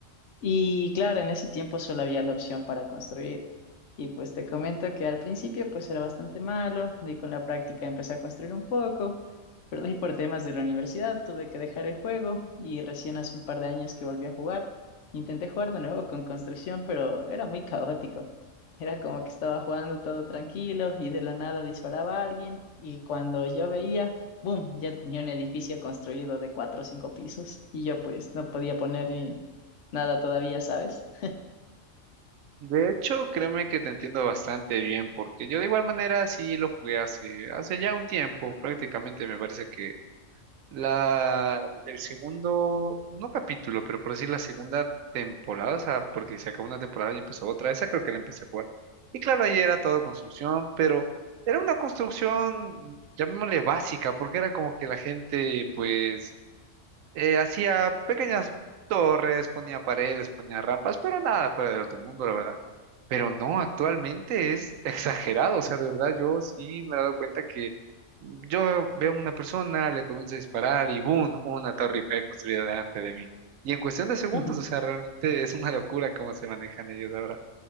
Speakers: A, on the left; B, on the right.
A: Y claro, en ese tiempo solo había la opción para construir. Y pues te comento que al principio pues era bastante malo, y con la práctica empecé a construir un poco, pero de ahí por temas de la universidad tuve que dejar el juego y recién hace un par de años que volví a jugar. Intenté jugar de nuevo con construcción, pero era muy caótico. Era como que estaba jugando todo tranquilo y de la nada disparaba a alguien y cuando yo veía, ¡boom!, ya tenía un edificio construido de cuatro o cinco pisos y yo pues no podía poner ni Nada todavía, ¿sabes?
B: De hecho, créeme que te entiendo bastante bien, porque yo de igual manera sí lo jugué hace, hace ya un tiempo, prácticamente me parece que La, el segundo, no capítulo, pero por decir la segunda temporada, o sea, porque se acabó una temporada y empezó otra, esa creo que la empecé a jugar. Y claro, ahí era todo construcción, pero era una construcción, llamémosle básica, porque era como que la gente, pues, eh, hacía pequeñas torres, ponía paredes, ponía rampas, pero nada fuera del otro mundo, la verdad. Pero no, actualmente es <laughs> exagerado, o sea, de verdad yo sí me he dado cuenta que yo veo una persona, le comienzo a disparar y ¡boom! Una torre Eiffel construida delante de mí. Y en cuestión de segundos,
A: <laughs>
B: o sea, realmente es una locura cómo se manejan ellos ahora.